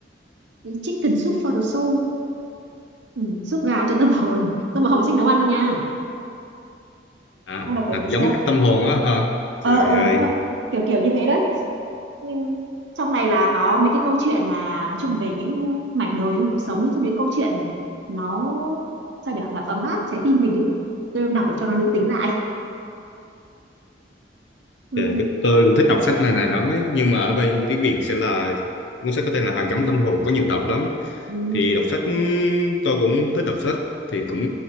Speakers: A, on the right; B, on the left.
A: cái Chicken Soup for the Soul. Ừ, súp gà cho tâm hồn. Tôi mà không phải sách nấu ăn đâu nha.
B: À,
A: Ông đọc quyển
B: hạt
A: này
B: giống
A: chưa?
B: tâm hồn đó hả? Trời
A: ờ ờ
B: ơi,
A: đúng rồi kiểu kiểu như thế đấy nhưng trong này là có mấy cái câu chuyện mà chung về những mảnh đời trong cuộc sống ấy, trong những câu chuyện mà nó sao nhỉ làm ấm áp trái tim mình ấy tôi đang đọc để cho nó nữ tính lại ừ,
B: Dạ, t- tôi cũng thích đọc sách này này lắm ấy nhưng mà ở bên tiếng Việt sẽ là cuốn sách có tên là Hạt giống tâm hồn có nhiều tập lắm
A: ừ,
B: thì đọc sách ừm, tôi cũng thích đọc sách thì cũng